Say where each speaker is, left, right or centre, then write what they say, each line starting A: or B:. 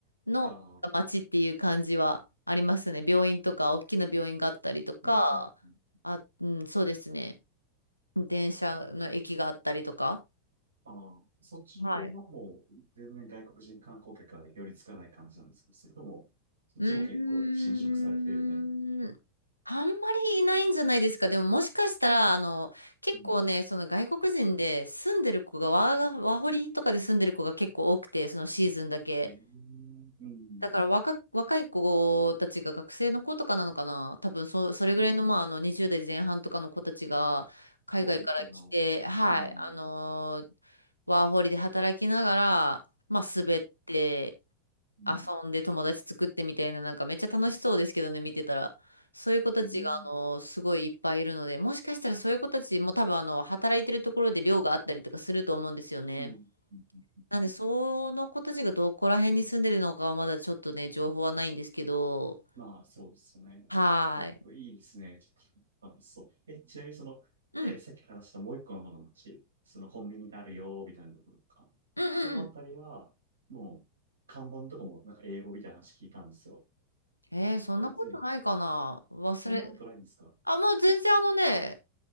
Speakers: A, on the left; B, on the right.
A: の街っていう感じはありますね。
B: ああ。
A: 病院とか、大きな病院があったりとか、
B: うん。うん。うん
A: あ、うん、そうですね。電車の駅があったりとか。
B: ああうんうんああそっちの方はもう、
A: はい
B: 全然外国人観光客が寄りつかない感じなんですけど、それとも、そっちも結構侵食されてるみたいな。
A: うーん。あんまりいないんじゃないですか。でももしかしたら、あの、結構ね、
B: うん。
A: その外国人で住んでる子がワー、ワホリとかで住んでる子が結構多くて、そのシーズンだけ。
B: えーうん。
A: だから若、若い子たちが学生の子とかなのかな。多分そ、それぐらいの、
B: うん。
A: まあ、あの、20代前半とかの子たちが海外から来て、
B: 欧米系の。
A: はい、
B: うん。
A: あのーワーホリで働きながら、まあ、滑って、
B: うん。
A: 遊んで友達作ってみたいな、なんかめっちゃ楽しそうですけどね、見てたら。そういう子たちが、
B: うん。
A: あの、すごいいっぱいいるので、もしかしたらそういう子たちも多分、あの、働いてるところで寮があったりとかすると思うんですよね。
B: うん。うん。
A: なんで、
B: うん。
A: その子たちがどこら辺に住んでるのかはまだちょっとね、情報はないんですけど、
B: まあ、そうですよね。
A: はーい。
B: いや、いいですね。ちょっとあそう。え、ちなみにその、
A: うん、
B: えーさっき話したもう一個の方の街、そのコンビニがあるよ、みたいなところとか。
A: うんうんうん。
B: そのあたりは、もう、看板とかもなんか英語みたいな話聞いたんですよ。
A: えー、そんなことないかな。
B: まあ、全部、
A: 忘れ、
B: そんなことないんですか
A: あ、もう全然あのね、